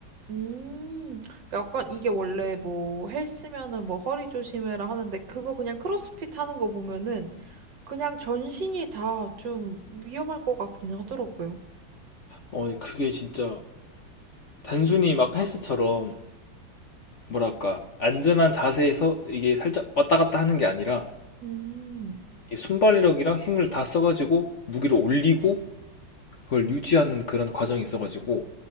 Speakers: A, on the right; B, on the left.
A: 음, 약간 이게 원래 뭐 헬스면은 뭐 허리 조심해라 하는데 그거 그냥 크로스핏 하는 거 보면은 그냥 전신이 다 좀 위험할 것 같긴 하더라고요.
B: 어, 예 그게 진짜 단순히 막 헬스처럼 뭐랄까 안전한 자세에서 이게 살짝 왔다 갔다 하는 게 아니라
A: 음,
B: 순발력이랑 힘을 다 써가지고 무기를 올리고 그걸 유지하는 그런 과정이 있어가지고